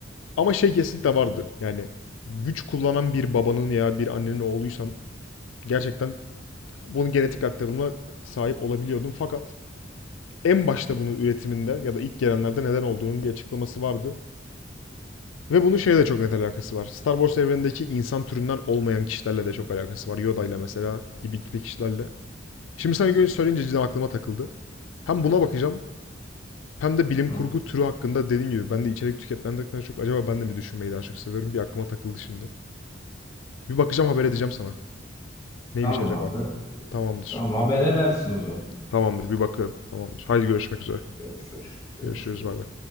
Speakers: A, on the left; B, on the left.
A: Ama şey kesinlikle vardı. Yani güç kullanan bir babanın ya bir annenin oğluysan gerçekten bunun genetik aktarımına sahip olabiliyordun. Fakat en başta bunun üretiminde ya da ilk gelenlerde neden olduğunun bir açıklaması vardı. Ve bunun şeyle de çok net alakası var. Star Wars evrenindeki insan türünden olmayan kişilerle de çok alakası var. Yoda ile mesela gibi gibi kişilerle. Şimdi sana göre söyleyince cidden aklıma takıldı. Hem buna bakacağım hem de bilim
B: Hı.
A: kurgu türü hakkında dediğim gibi ben de içerik tüketmenden çok acaba ben de mi düşünmeyi daha çok seviyorum bir aklıma takıldı şimdi. Bir bakacağım haber edeceğim sana. Neymiş
B: Tamam
A: acaba?
B: abi.
A: Tamamdır.
B: Tamam haber edersin o zaman.
A: Tamamdır bir bakıyorum. Tamamdır. Haydi görüşmek üzere.
B: Görüşürüz. Görüşürüz.
A: Görüşürüz bay bay.